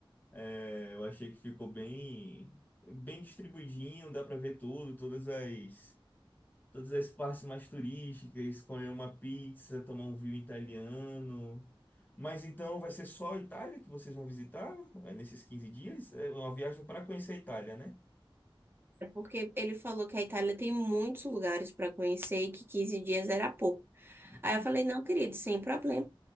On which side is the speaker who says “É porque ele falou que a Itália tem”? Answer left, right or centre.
Right